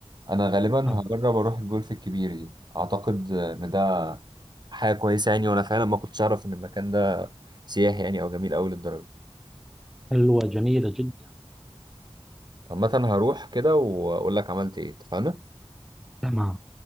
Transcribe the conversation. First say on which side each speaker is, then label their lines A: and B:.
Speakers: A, on the right; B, in the centre.
A: انا غالبا
B: آه،
A: هجرب اروح الجولف الكبير دي اعتقد ان ده حاجه كويسه يعني وانا فعلا ما كنتش اعرف ان المكان ده سياحي يعني او جميل قوي للدرجه
B: حلوة جميلة جدا
A: عامه هروح كده واقول لك عملت ايه اتفقنا
B: تمام